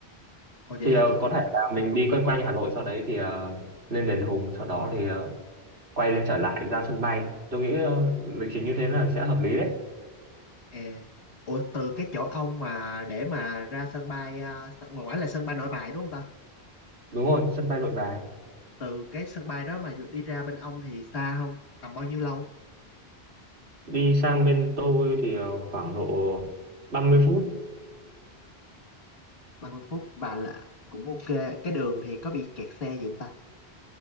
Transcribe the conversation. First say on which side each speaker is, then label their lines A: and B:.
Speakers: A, on the left; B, on the right.
A: ồ vậy
B: Thì
A: thôi
B: ờ,
A: chị
B: có
A: cũng
B: thể là mình đi quanh quanh Hà Nội sau đấy thì ờ, lên Đền Hùng sau đó thì ờ, quay trở lại ra sân bay tôi nghĩ ờ, lịch trình như thế là sẽ hợp lý đấy
A: e ủa từ cái chỗ ông mà để mà ra sân bay ờ, sân- ngoài ngoài là sân bay Nội Bài đúng không ta
B: đúng rồi sân bay Nội Bài
A: từ cái sân bay đó mà đi ra bên ông thì xa không tầm bao nhiêu lâu
B: đi sang bên tôi thì ờ, khoảng độ 30 phút
A: ba mươi phút bà là cũng ok cái đường thì có bị kẹt xe gì không ta